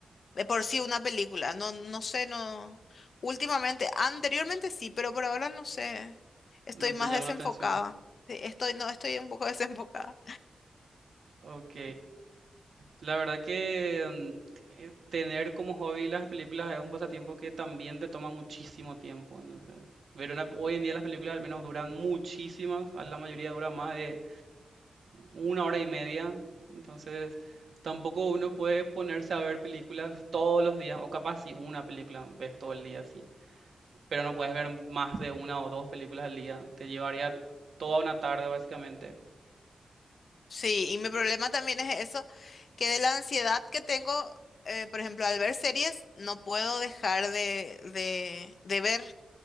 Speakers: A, on the left; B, on the right.
A: de por sí una película. No, no sé, no. Últimamente, anteriormente sí, pero por ahora no sé. Estoy
B: No te
A: más
B: llama
A: desenfocada.
B: la atención.
A: Sí, Estoy, no, estoy un poco <laughs> desenfocada.
B: Ok. La verdad que mm, eh, tener como hobby las películas es un pasatiempo que también te toma muchísimo tiempo. Entonces, ver una, hoy en día las películas al menos duran muchísimas, a la mayoría dura más de una hora y media. Entonces, tampoco uno puede ponerse a ver películas todos los días, o capaz si una película ves todo el día, sí. Pero no puedes ver más de una o dos películas al día. Te llevaría toda una tarde, básicamente.
A: Sí, y mi problema también es eso, que de la ansiedad que tengo, eh, por ejemplo, al ver series, no puedo dejar de, de, de ver.